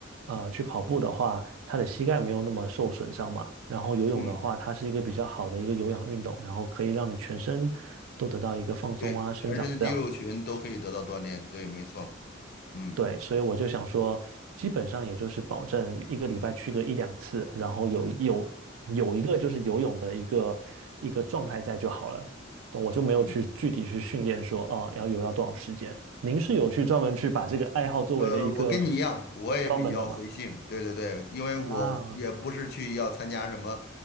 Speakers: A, on the right; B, on the left.
A: 呃，去跑步的话，它的膝盖没有那么受损伤嘛，然后游泳的话，
B: 嗯，
A: 它是一个比较好的一个有氧运动，然后可以让你全身都得到一个放松啊、
B: 对，
A: 生长这样，
B: 全身的肌肉群都可以得到锻炼。对，没错。嗯
A: 对，所以我就想说，基本上也就是保证一个礼拜去个一两次，然后有有有一个就是游泳的一个一个状态在就好了。懂我就没有去具体去训练说，
B: 嗯，
A: 哦，要游到多少时间。您是有去专门去把这个爱好作为了一个
B: 呃，我跟你一样，我也比较随性。
A: 专门的吗？
B: 对对对，因为我也不是去要参加什么，
A: 啊，